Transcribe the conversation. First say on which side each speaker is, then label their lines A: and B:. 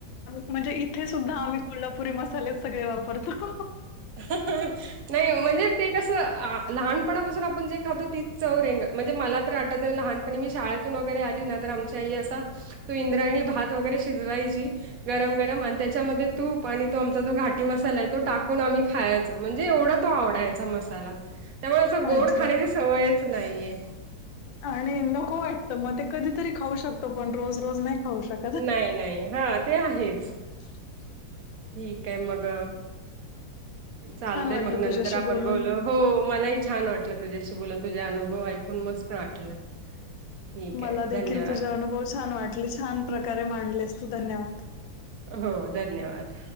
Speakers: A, on the left; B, on the right.
A: म्हणजे इथे सुद्धा आम्ही कोल्हापुरी मसाले सगळे वापरतो
B: ह हा नाही म्हणजे ते कसं लहानपणापासून आपण जे खातातो तीच चव रेंग म्हणजे मला तर आटत लहान मी शाळेतून वगैरे आली ना तर आमची आई असा तो इंद्रायणी भात वगैरे शिजवायची गरम गरम आणि त्याच्यामध्ये तूप आणि तो आमचा जो घाटी मसाला आहे तो टाक पण आम्ही खायच म्हणजे एवढा तो आवडायचा मसाला त्यामुळे असं गोड
A: अच्छा
B: खाण्याची सवयच नाहीये
A: आणि नको वाटतं मग ते कधीतरी खाऊ शकतो पण रोज रोज नाही खाऊ शकत
B: नाही नाही हा ते आहेच.
A: क्षक्ष
B: ठीक आहे मग चालतय
A: छान वाटलं
B: मग
A: तुझ्याशी
B: नंतर आपण
A: बोलून.
B: बोलो. हो मलाही छान वाटलं तुझ्याशी बोलून तुझे अनुभव ऐकून मस्त वाटलं. ठीक
A: मला
B: आहे
A: देखील
B: धन्यवाद
A: तुझे अनुभव छान वाटले छान प्रकारे मांडलेस तू धन्यवाद.
B: हो धन्यवाद.